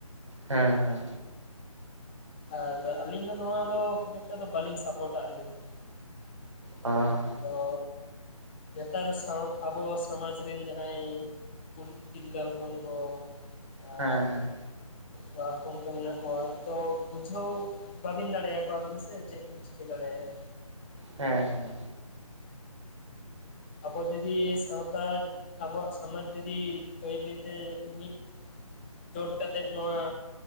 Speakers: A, on the right; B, on the left.
A: ᱦᱮᱸ - ᱦᱮᱸ
B: ᱟᱨ ᱟᱹᱞᱤᱧ ᱫᱚ ᱱᱚᱣᱟ ᱫᱚ ᱠᱷᱩᱵ ᱮᱠᱴᱟ ᱫᱚ ᱵᱟᱞᱤᱧ ᱥᱟᱯᱳᱴᱟᱜ ᱞᱤᱧ ᱾
A: ᱦᱚᱸ
B: ᱟᱫᱚ ᱱᱮᱛᱟᱨ ᱥᱟᱶ ᱟᱵᱚ ᱥᱚᱢᱟᱡᱽ ᱨᱮᱱ ᱡᱟᱦᱟᱸᱭ ᱠᱩᱲᱤᱫ ᱛᱤᱨᱞᱟᱹ ᱦᱚᱯᱚᱱ ᱠᱚ ᱟᱨ
A: ᱦᱮᱸ ᱦᱮᱸ ᱦᱮᱸ
B: ᱠᱚᱲᱟ ᱦᱚᱯᱚᱱ ᱠᱚ ᱢᱮᱱᱟᱜ ᱠᱚᱣᱟ ᱛᱚ ᱵᱩᱡᱷᱟᱹᱣ ᱵᱟᱵᱤᱱ ᱫᱟᱲᱮᱭᱟ ᱠᱚᱣᱟ ᱵᱤᱱ ᱥᱮ ᱪᱮᱫ ᱵᱤᱱ ᱪᱤᱠᱟᱹ ᱫᱟᱲᱮᱭᱟᱜ ᱼᱟ᱾
A: ᱦᱮᱸ - ᱦᱮᱸ
B: ᱟᱵᱚ ᱡᱩᱫᱤ ᱥᱟᱶᱛᱟ ᱟᱵᱚᱣᱟᱜ ᱥᱚᱢᱟᱡᱽ ᱡᱩᱫᱤ ᱵᱟᱹᱭ ᱵᱟᱹᱭ ᱛᱮ ᱢᱤᱫ ᱡᱳᱴ ᱠᱟᱛᱮᱫ ᱱᱚᱣᱟ